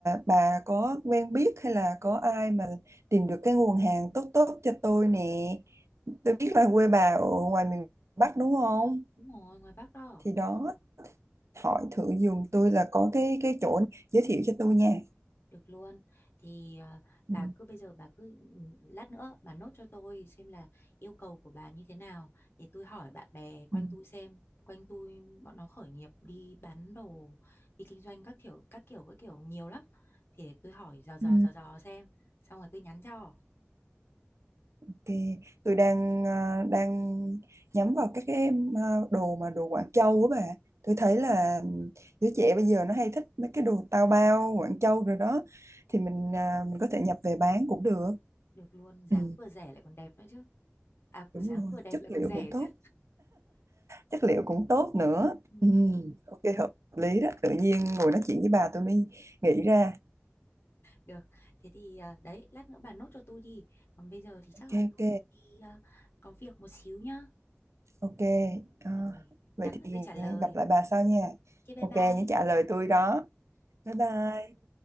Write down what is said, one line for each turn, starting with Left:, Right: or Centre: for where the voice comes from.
Right: bà có quen biết hay là có ai mà tìm được cái nguồn hàng tốt tốt cho tôi nè, tôi biết là quê bà ở ngoài miền Bắc đúng không?
Left: đúng rồi ngoài Bắc đó
Right: Thì đó, hỏi thử giùm tôi là có cái cái chỗ giới thiệu cho tôi nha.
Left: được luôn thì à, bà
Right: Ừ,
Left: cứ bây giờ bà cứ ừ, lát nữa bà nốt cho tôi xem là yêu cầu của bà như thế nào để tôi hỏi bạn bè quanh
Right: ừ,
Left: tôi xem quanh tôi bọn nó khởi nghiệp đi bán đồ đi kinh doanh các kiểu các kiểu các kiểu nhiều lắm thì để tôi hỏi dò dò
Right: ừ.
Left: dò dò xem xong rồi tôi nhắn cho
Right: Ok, tôi đang à, đang nhắm vào các cái à, đồ mà đồ Quảng Châu á bà. Tôi thấy
Left: Ờ,
Right: là
Left: được, được.
Right: đứa trẻ bây giờ nó hay thích mấy cái đồ tao bao Quảng Châu rồi đó, thì
Left: Ừ,
Right: mình à, mình có thể nhập về bán cũng được.
Left: được luôn dáng
Right: Ừ,
Left: vừa rẻ lại còn đẹp nữa chứ à
Right: đúng
Left: dáng
Right: rồi,
Left: vừa đẹp
Right: chất
Left: lại
Right: liệu
Left: còn rẻ
Right: cũng tốt,
Left: chứ
Right: chất liệu cũng tốt nữa.
Left: ừ.
Right: Ừ, ok hợp lý đó. Tự nhiên ngồi nói chuyện với bà tôi mới nghĩ ra.
Left: Được, thế thì à, đấy, lát nữa bà nốt cho tôi đi. Còn bây giờ thì chắc
Right: Ok
Left: là
Right: ok
Left: tôi đi à, có việc một xíu nhá.
Right: ok. À,
Left: Rồi, nhắn
Right: vậy
Left: là
Right: thì
Left: tôi trả lời.
Right: gặp lại bà sau nha.
Left: Ok, bye
Right: Ok,
Left: bye.
Right: nhớ trả lời tôi đó. bái bai